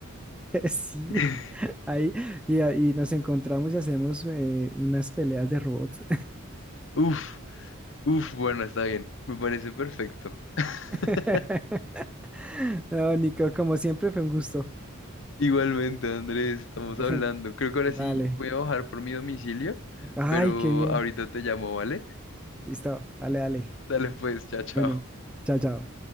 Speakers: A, in the centre; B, on the left.
A: Sí,
B: <laughs>
A: ahí y, ahí nos encontramos y hacemos eh, unas peleas de robots.
B: Uf, uf, bueno, está bien, me parece perfecto. <laughs>
A: <laughs> No, Nico, como siempre fue un gusto.
B: Igualmente, Andrés, estamos
A: <laughs>
B: hablando. Creo que ahora
A: Dale.
B: sí voy a bajar por mi domicilio,
A: Ay,
B: pero
A: qué bien.
B: ahorita te llamo, ¿vale?
A: Listo. Dale, dale.
B: Dale pues, chao, chao.
A: Bueno, chao, chao.